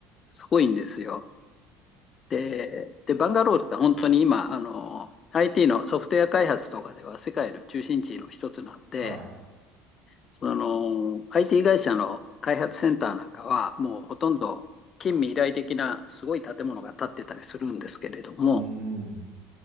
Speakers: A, on the left; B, on the right.
A: すごいんですよ。で、で、バンガロールって本当に今、あの、IT のソフトウェア開発とかでは世界の中心地の一つなんで、
B: はい。
A: その IT 会社の開発センターなんかは、もうほとんど近未来的なすごい建物が建ってたりするんですけれども、
B: うん。